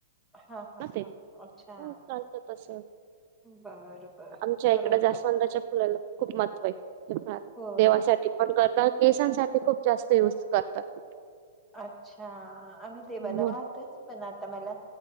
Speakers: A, in the centre; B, on the right (about 45°).
A: हा हा
B: ना ते
A: हा. अच्छा
B: हो चालत तस.
A: बर बर
B: आमच्या
A: करून
B: इकड जास्वंदाच्या
A: पाहि
B: फुलाला खूप महत्त्वय ते फार,
A: हो
B: देवासाठी.
A: ना
B: पण करता केसांसाठी खूप जास्त युज करतात.
A: अच्छा, आम्ही देवाला
B: हो
A: वाहतच. पण आता मला